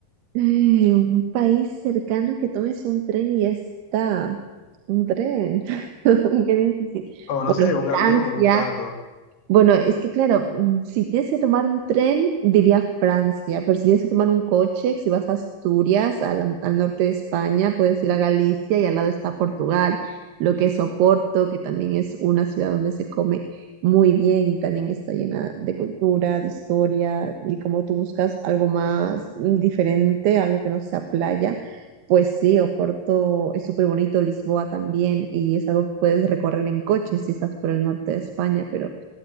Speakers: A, on the right; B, on the left.
A: Eh, un país cercano que tomes un tren y ya está. Un tren. <laughs> Qué difícil.
B: O
A: Bueno,
B: no sé, un
A: Francia.
B: avión o un carro.
A: Bueno, es que claro, mm, si tienes que tomar un tren, diría Francia, pero si tienes que tomar un coche, si vas a Asturias, al, al norte de España, puedes ir a Galicia y al lado está Portugal, lo que es Oporto, que también es una ciudad donde se come muy bien, también está llena de cultura, de historia, y como tú buscas algo más mm, diferente, algo que no sea playa. Pues sí, Oporto es súper bonito, Lisboa también, y es algo que puedes recorrer en coche si estás por el norte de España, pero